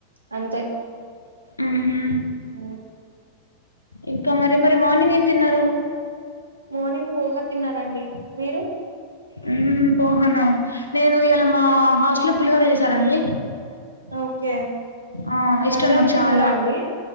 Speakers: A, on the right; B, on the left.
A: అంతే
B: ఉహు
A: ఉ
B: ఇంకా మరి మరి మార్నింగ్ ఏం తిన్నారు
A: మార్నింగ్ పోహ తిన్నానండి మీరు
B: ఉహు పోహ నా నేను ఇయల మా హాస్టల్లో పులిహోర చేశారండి
A: ఓకే
B: ఆ ఇష్టం
A: మధ్యాహ్నం
B: నాకు
A: తిన్నారా
B: చాలా
A: అండి